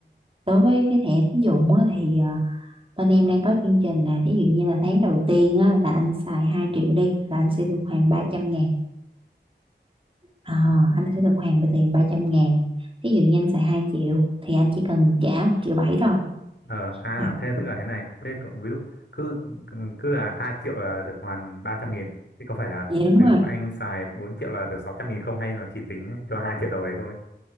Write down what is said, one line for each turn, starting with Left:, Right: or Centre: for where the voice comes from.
Right: đối với cái thẻ tín dụng á, thì à, bên em đang có chương trình là thí dụ như là tháng đầu tiên á, là anh xài 2 triệu đi là anh sẽ được hoàn 300 ngàn. Ờ, anh sẽ được hoàn tiền 300 ngàn. Thí dụ như anh xài 2 triệu thì anh chỉ cần trả một triệu bảy thôi.
Left: Ờ à
Right: Đó.
Left: thế tức là thế này, thế cậu- ví dụ cứ cứ là 2 triệu là được hoàn 300 nghìn thì có phải là
Right: Vậy đúng
Left: ví
Right: rồi.
Left: dụ anh xài 4 triệu là được 600 nghìn không hay nó chỉ tính cho 2 triệu đầu đấy thôi?